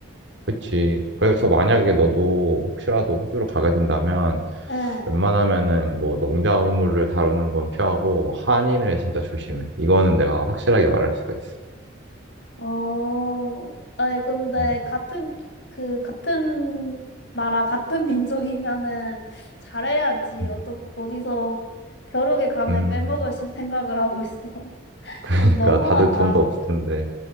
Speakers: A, on the right (about 60°); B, on the left (about 60°).
A: 그치. 그래서 만약에 너도 혹시라도 호주로 가게 된다면,
B: 응.
A: 웬만하면은 뭐 농작물을 다루는 건 피하고 한인을 진짜 조심해. 이거는 내가 확실하게 말할 수가 있어.
B: 어. 아니 근데
A: 음,
B: 같은 그 같은 나라 같은 민족이면은 잘해야지.
A: 음.
B: 어떻 어디서 벼룩의 간을
A: 음,
B: 빼먹을 신- 생각을 하고 있어. <laughs>
A: <laughs> 그러니까
B: 좀 너무하다.
A: 다들 돈도 없을 텐데,